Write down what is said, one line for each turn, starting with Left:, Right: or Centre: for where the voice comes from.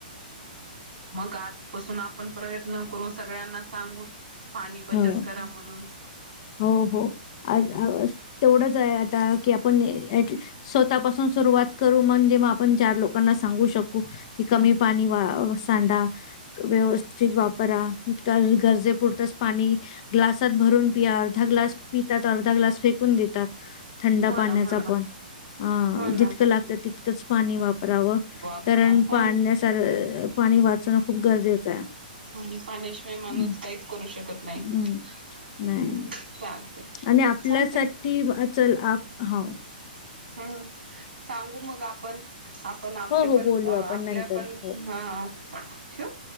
Right: मग आजपसून आपण प्रयत्न करू, सगळ्यांना सांगू पाणी बचत
Left: हं.
Right: करा म्हणून.
Left: हो हो. आज आवाज, तेवढंच आहे आता की आपण अॅट लीस्ट स्वतःपासून सुरुवात करू, म्हणजे मग आपण चार लोकांना सांगू शकू. कि कमी पाणी वाऽ सांडा. व्यवस्थित वापरा, गरजे पुरतचऽ ग्लासात भरून प्या, अर्धा ग्लास पितात अर्धा ग्लास फेकून देतात. थंडा
Right: हो
Left: पाण्याचा
Right: ना हो ना
Left: पण. अऽ
Right: हो ना
Left: जितकं
Right: हो
Left: लागतं
Right: ना
Left: तितकंच पाणी वापरावं,
Right: वापरा
Left: कारण
Right: हो
Left: पाण्याऽ
Right: ना
Left: तररऽ पाणी वाचवन खूप गरजेचं आहे
Right: आणि पाण्याशिवाय माणूस
Left: हम्म,
Right: काहीच करू शकत नाही. नाही.
Left: हम्म. नाही
Right: हम्, चालतय.
Left: आणि आपल्यासाठी
Right: चालतय
Left: चल आप हं.
Right: हम्, सांगू मग आपण. आपण आपले
Left: हो, हो.
Right: पण,
Left: बोलू
Right: आपल्या
Left: आपण नंतर.
Right: पण,
Left: हो.
Right: हा ठेवू